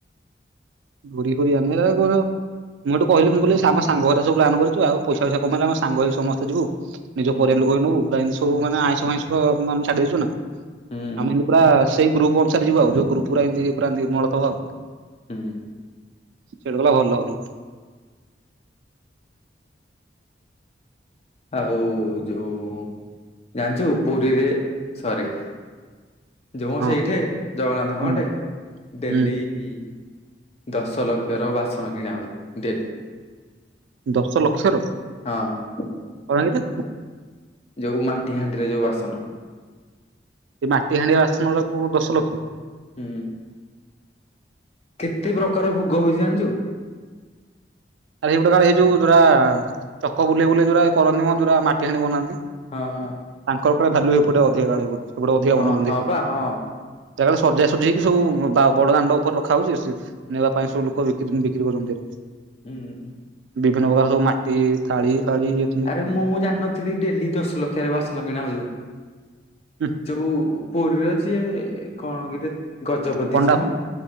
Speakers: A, on the right; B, on the left.
A: <unintelligible> ମୁଁ ହେଠୁ କଇଲି, ମୁଁ କହିଲି ଆମ ସାଙ୍ଗ ହାରିକା ସବୁ୍ ପ୍ଲାନ୍ କରିଚୁ ଆଉ ପଇସା ଫଇସା କମେଇଲା ଆମେ ସାଙ୍ଗ ହେଇ ସମେସ୍ତେ ଯିବୁ। ନିଜ
B: ହୁଁ
A: ପରିବାର ଲୋକ ବି ନବୁ, ପ୍ରାଏ ଏମ୍ତି ସବୁ ମାନେ ଆଇଁଷ ଫାଇଁସ ଆମେ ଛାଡ଼ଦେଇଛୁ ନା।
B: ହୁଁ
A: ଆମେ ଏନ୍ତି ପୁରା ସେଇ ଗ୍ରୁପ୍ ଅନୁ ସାରେ ଯିବୁ ଆଉ। ଯୋଉ ଗ୍ରୁପ୍ ପୁରା ଏମ୍ତି ପୁରା ନିର୍ମଳ ଥବ।
B: ହୁଁ
A: ସେଡ଼ୁ ଗଲା ଭଲ ଭଲ।
B: ଆଉ ଯୋଉ ଜାନ୍ଛୁ ପୁରୀରେ, ସରି। ଯୁମୁ
A: ହଁ
B: ସେଇଠି ଜଗନ୍ନାଥଙ୍କ
A: ହୁଁ
B: ଆଡ଼େ, ଡେଲି
A: ହୁଁ
B: ଇ ଦଶ ଲକ୍ଷ ର ବାସନ କିଣା ହୋଉଚି ଡେଲି।
A: ଦସ ଲକ୍ଷ ର?
B: ହଁ।
A: <unintelligible>
B: ଯୋଉ ମାଟି ହାଣ୍ଡିରେ ଯୋଉ ବାସନ।
A: ଏ ମାଟି ହାଣ୍ଡି ବାସନରା କୁ ଦଶ ଲକ୍ଷ?
B: ହୁଁ କେତେ ପ୍ରକାର ଭୁଗ ହଉଚି ଜାଣିଚୁ।
A: ଆରେ ହେଇ ଗୁଟେ କା ହେଇ ଯୋଉ ଯୁରା ଚକ ବୁଲେେଇ ବୁଲେେଇ ଯୁରା କରନ୍ତି ମ ଯୁରା ମାଟି ହାଣ୍ଡି ବନାନ୍ତି।
B: ହଁ ଅଁ।
A: ତାଙ୍କର କାଳେ ଭାଲୁ ହେପଟେ ଅଧିକା କାଳେ ଅଧିକା
B: ହଁ
A: ବନଉଛନ୍ତି।
B: ହଁ ବା ହଁ
A: ଯା କାଳେ ସଜା ସୁଜି ହେଇକି ସବୁ ବା ବଡ଼ ଦାଣ୍ଡେ ଉପରେ ରଖା ହାଉଚି ଏସିସ୍ ନେବା ପାଇଁ ସବୁ ଲୋକ ବିକ୍ରି ବିକ୍ରି କରଚନ୍ତି।
B: ଉଁ।
A: ବିଭିନ୍ନ ପ୍ରକାର ସବୁ ମାଟି ଥାଳି ଫାଳି ଇଏ
B: ଆରେ ମୁଁ ଜାଣିନଥିଲି ଡେଲି ଦଶ୍ ଲକ୍ଷାରେ ବାସନ କିଣା ହଉଚି ବୋଲି।
A: ହୁଁ
B: ଚୋଉ ପୁରୀର ଚିଏ କଣ କିରେ ଗଜପତି
A: ପଣ୍ଡା
B: ଯିଏ ମ